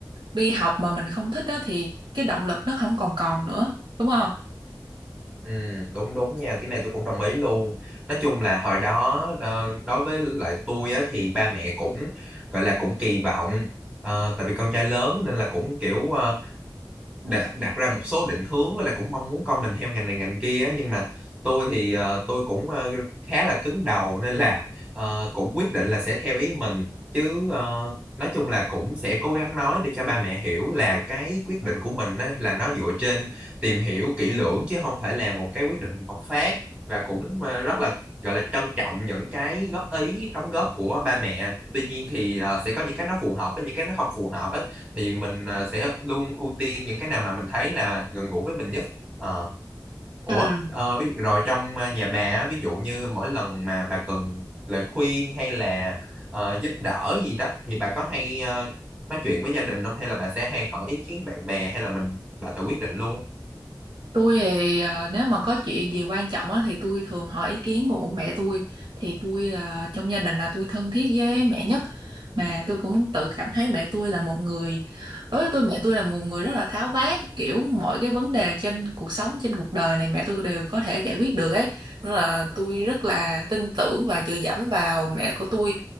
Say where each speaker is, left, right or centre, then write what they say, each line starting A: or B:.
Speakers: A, on the right; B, on the right.
A: đi học mà mình không thích á thì cái động lực nó không còn còn nữa, đúng không
B: Ừm, đúng, đúng nha, cái này tôi cũng đồng ý luôn. Nói chung là hồi đó đo đối với lại tôi á thì ba mẹ cũng, gọi là, cũng kỳ vọng, ờ, tại vì con trai lớn nên là cũng, kiểu, ờ Đặt đặt ra một số định hướng với lại cũng mong muốn con mình theo ngành này ngành kia á, nhưng mà tôi thì, ờ, tôi cũng, ơ, khá là cứng đầu nên là, ờ, cũng quyết định là sẽ theo ý mình. Chứ, ờ, nói chung là cũng sẽ cố gắng nói để cho ba mẹ hiểu là cái quyết định của mình á, là nó dựa trên tìm hiểu kỹ lưỡng chứ không phải là một cái quyết định bộc phát và cũng, ơ, rất là, gọi là, trân trọng những cái góp ý, đóng góp của ba mẹ. Tuy nhiên thì, ờ, sẽ có những cái nó phù hợp với những cái nó không phù hợp á. Thì mình, à, sẽ luôn ưu tiên những cái nào mà mình thấy là gần gũi với mình nhất. Ờ, ủa,
A: Ừm.
B: ờ, ví rồi trong, a, nhà bà á, ví dụ như mỗi lần mà bà cần lời khuyên hay là, ờ, giúp đỡ gì đó thì bà có hay, a, nói chuyện với gia đình không Hay là bà sẽ hay hỏi ý kiến bạn bè hay là mình bà tự quyết định luôn?
A: tôi thì, ờ, nếu mà có chuyện gì quan trọng á, thì tôi thường hỏi ý kiến của mẹ tôi thì tôi là trong gia đình là tôi thân thiết với mẹ nhất. Mà tôi cũng tự cảm thấy mẹ tôi là một người đối với tôi mẹ tôi là một người rất là tháo vát, kiểu, mọi cái vấn đề trên cuộc sống, trên cuộc đời này mẹ tôi đều có thể giải quyết được ấy, nên là tôi rất là tin tưởng và dựa dẫm vào mẹ của tôi